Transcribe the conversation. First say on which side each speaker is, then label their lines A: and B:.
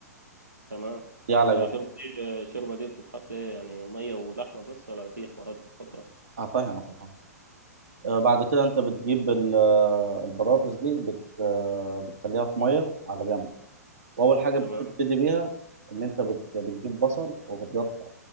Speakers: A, on the right; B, on the right.
A: تمام
B: دي على
A: الشوربه
B: جنب
A: دي الشوربه دي بتتحط ايه يعني ميه ولحمه بس ولا في حوارات بتحطها
B: هفهمك هفهمك آه، بعد كده انت بتجيب ال- آه، البطاطس دي بت آه، بتخليها في ميه على جنب واول حاجه
A: تمام
B: بتبتدي بيها ان انت بت- بتجيب بصل وبتقطع